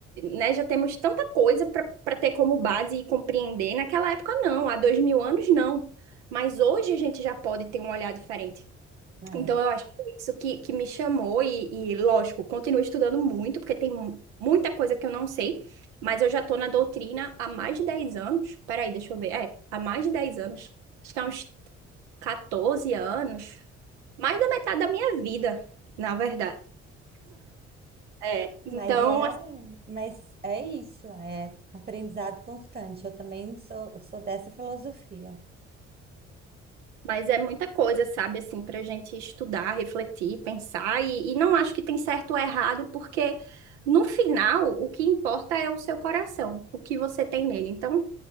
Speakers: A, on the right; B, on the right.
A: né? Já temos tanta coisa para ter como base e compreender. Naquela época, não. Há dois mil anos, não. Mas hoje a gente já pode ter um olhar diferente.
B: é.
A: Então, eu acho que foi isso que, que me chamou. E, e, lógico, continuo estudando muito, porque tem mu- muita coisa que eu não sei. Mas eu já estou na doutrina há mais de 10 anos. Peraí, deixa eu ver. É, há mais de 10 anos. Acho que há uns 14 anos. Mais da metade da minha vida, na verdade. É,
B: Mas
A: então,
B: é, mas é isso, é aprendizado constante. Eu também sou, sou dessa filosofia.
A: Mas é muita coisa, sabe, assim, para a gente estudar, refletir, pensar, e, e não acho que tem certo ou errado, porque no final o que importa é o seu coração, o que você tem nele. Então,